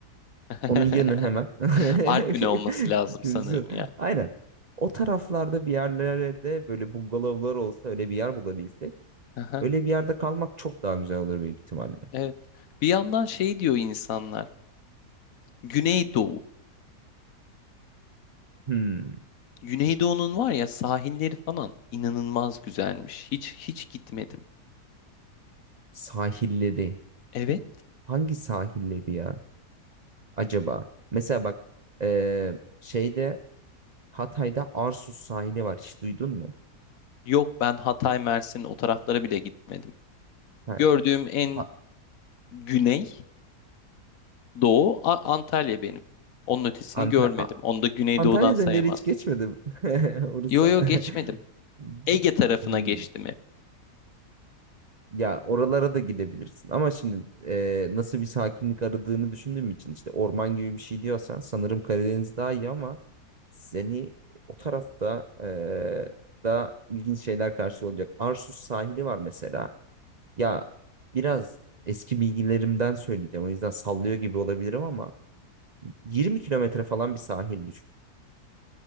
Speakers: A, on the left (about 65°); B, on the right (about 75°).
A: <laughs>
B: Onun yanı hemen. <laughs>
A: Artvin'e olması lazım
B: Gözüküyor.
A: sanırım ya.
B: Aynen. O taraflarda bir yerlerde böyle bungalovlar olsa öyle bir yer bulabilsek.
A: Aha,
B: Öyle bir yerde kalmak çok daha güzel olur büyük ihtimalle.
A: evet. Bir yandan şey diyor insanlar. Güneydoğu.
B: Hmm.
A: Güneydoğu'nun var ya sahilleri falan inanılmaz güzelmiş. Hiç hiç gitmedim.
B: Sahilleri.
A: Evet.
B: Hangi sahilleri ya? Acaba? Mesela bak ee, şeyde Hatay'da Arsuz sahili var. Hiç duydun mu?
A: Yok ben Hatay, Mersin o taraflara bile gitmedim.
B: Ha,
A: Gördüğüm en
B: Ha-
A: güney doğu A- Antalya benim. Onun ötesini
B: Anta-
A: görmedim. Onu da Güneydoğu'dan
B: Antalya
A: sayamaz.
B: Döneri hiç geçmedim. <laughs> Orası
A: Yo yo geçmedim.
B: <laughs> Batı.
A: Ege tarafına
B: Hmm.
A: geçtim hep.
B: Ya oralara da gidebilirsin. Ama şimdi e, nasıl bir sakinlik aradığını düşündüğüm için işte orman gibi bir şey diyorsan sanırım Karadeniz daha iyi ama seni o tarafta e, da ilginç şeyler karşılıyor olacak. Arsuz sahili var mesela. Ya biraz eski bilgilerimden söyleyeceğim. O yüzden sallıyor gibi olabilirim ama 20 kilometre falan bir sahil düşün.